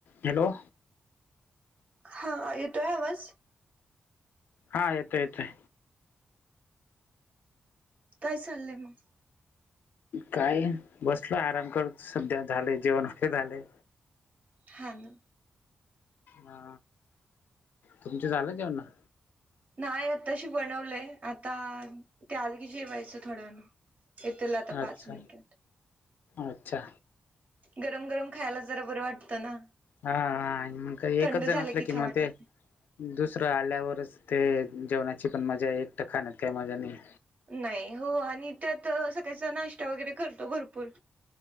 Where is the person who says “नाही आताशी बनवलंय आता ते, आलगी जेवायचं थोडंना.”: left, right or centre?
Right